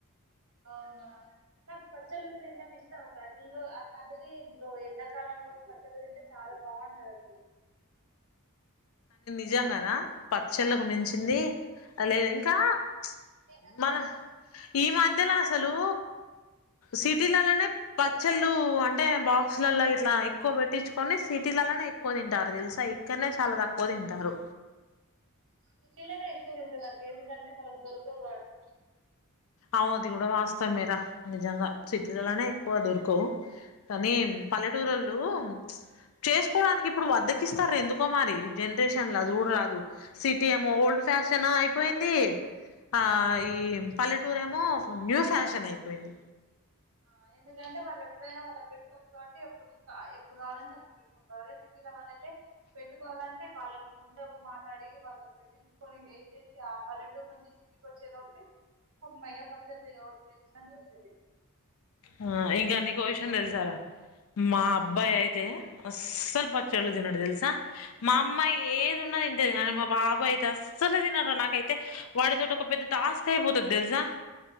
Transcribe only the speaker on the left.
నిజంంగానా పచ్చళ్ళకు మించింది లేదు ఇంకా చ్
మన ఈ మధ్యలో అసల్ అసలు సిటీలలోనే పచ్చళ్ళు అంటే బాక్సులలో ఇట్లా ఎక్కువ పెట్టించుకొని సిటీలలోనే ఎక్కువ తింటారు తెలుసా ఇక్కడనే చాలా దక్కువా ఎక్కువ తింటారు
అవుది ఇది కూడా వాస్తవం ఏరా నిజంగా సిటీలలోనే ఎక్కువ దొరకవు కానీ పల్లెటూరోళ్ళు చేసుకోడానికి ఇప్పుడు బధకిస్తారో ఎందుకో మరి ఈ జనరేషన్లు అది కూడా రాదు సిటీ ఏమో ఓల్డ్ ఫ్యాషన్ అయిపోయింది ఆ ఈ పల్లెటూ టూరేమో వో న్యూ ఫ్యాషన్ అయిపోయింది
ఆ ఇంకా నీకో విషయం తెలుసారా మా అబ్బాయి అయితే అస్సలు పచ్చళ్లు తినడు తెలుసా మా అమ్మాయి ఏదున్నా తింటది కానీ మా బాబు అయితే అస్సలే తినడు నాకైతే వాడితోటి ఒక పెద్ద టాస్క్ అయిపోతుంది తెలుసా